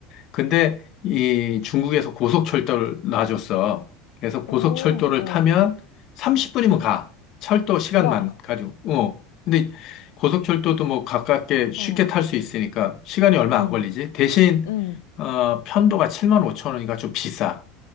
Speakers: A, on the left; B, on the left.
A: 근데 이 중국에서 고속철도를 놔줬어. 그래서 고속철도를
B: 오, 어,
A: 타면 30분이면 가. 철도 시간만
B: 와,
A: 가지고. 어. 근데 고속철도도 뭐 가깝게 쉽게
B: 어,
A: 탈 수 있으니까 시간이 얼마
B: 응,
A: 안 걸리지. 대신
B: 응,
A: 어, 편도가 7만 5천 원이니까 좀 비싸.